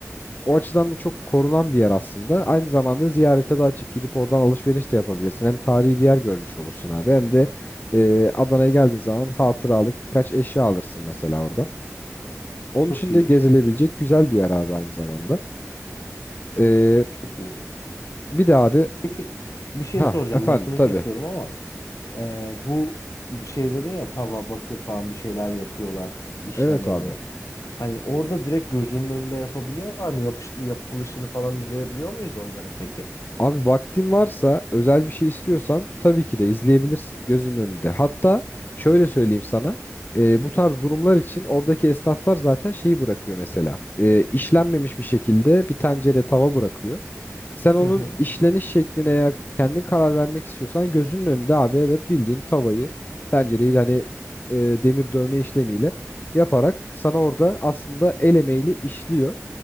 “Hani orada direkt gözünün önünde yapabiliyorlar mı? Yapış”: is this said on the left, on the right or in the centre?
Left